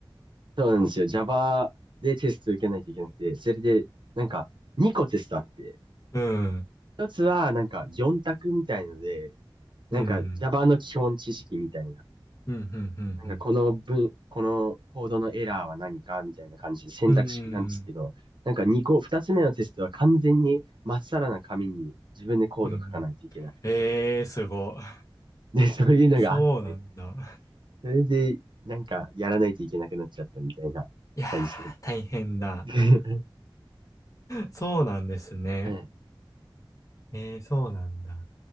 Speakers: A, on the right (about 60°); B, on the left (about 40°).
A: そうなんですよ。Java でテスト受けないといけなくて、それで、なんか、2個テストあって、
B: うん。
A: 1つは、なんか、4択みたいので、なんか、
B: うん。
A: Java の基本知識みたいな
B: うん、うん、う
A: なんかこの文、
B: ん、
A: このコードのエラーは何かみたいな感じで選択式なんですけど、
B: うん。うん。
A: なんか2個、2つ目のテストは完全にまっさらな紙に自分でコード書かないといけなくて。
B: うんええ、すごい。
A: で、そういうのがあって、
B: そうなんだ。
A: それでなんかやらないといけなくなっちゃったみたいな感じで。
B: いやー、大変だ。
A: <laughs>
B: そうなんですね。
A: はい。し
B: えーそうなんだ。